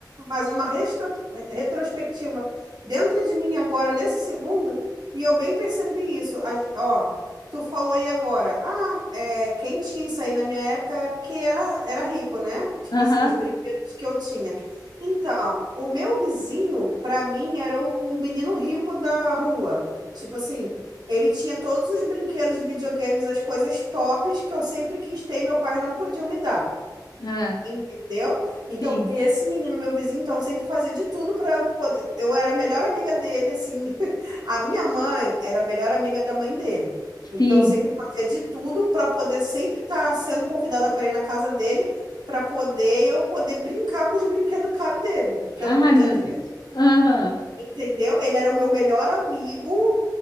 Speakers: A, on the right; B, on the left.
A: fazer uma restro- retrospectiva dentro de mim agora, nesse segundo, e eu bem percebi isso. A- ó, tu falou aí agora, ah, é, quem tinha isso aí na minha época é porque era, era rico, né? Tipo
B: Aham,
A: assim, os brinquedos que eu tinha. Então, o meu vizinho, pra mim, era o menino rico da rua. Tipo assim. Ele tinha todos os brinquedos, videogames, as coisas tops que eu sempre quis ter e meu pai não podia me dar.
B: ah,
A: Entendeu? Então,
B: sim,
A: esse menino, meu vizinho, então, sempre fazia de tudo para eu poder. Eu era a melhor amiga dele, assim. <laughs> A minha mãe era a melhor amiga da mãe dele. Então,
B: sim.
A: eu sempre fazia de tudo para poder sempre estar sendo convidada para ir na casa dele, para poder eu poder brincar com os brinquedos caros dele, que
B: Ai,
A: eu não podia
B: meu
A: ter.
B: Deus. Aham,
A: Entendeu? Ele era o meu melhor amigo